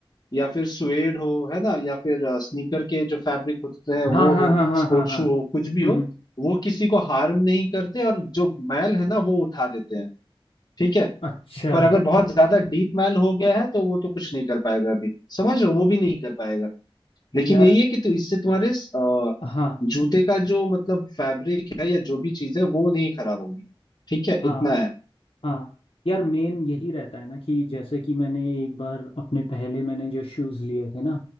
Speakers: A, on the left; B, on the left.
A: या फिर स्वेड हो है ना या फिर स्नीकर के जो फैब्रिक होते हैं
B: हाँ
A: वो
B: हाँ
A: हो
B: हाँ हाँ
A: स्पोर्ट
B: हाँ हाँ
A: शू हो कुछ भी
B: हम्म
A: हो
B: हम्म,
A: वो किसी को हार्म नहीं करते और जो मैल है ना वो उठा देते हैं ठीक है
B: अच्छा
A: पर अगर बहुत ज्यादा डीप मैल हो गया है तो वो तो कुछ नहीं कर पाएगा अभी समझ रहे हो वो भी नहीं कर पाएगा लेकिन
B: यार
A: यही है कि तु, इससे तुम्हारे अ,
B: हाँ
A: जूते का जो मतलब फैब्रिक है या जो भी चीज है वो नहीं खराब होगी ठीक है
B: हाँ
A: इतना है
B: हाँ यार मेन यही रहता है ना कि जैसे कि मैंने एक बार अपने पहले मैंने जो शूज़ लिए थे ना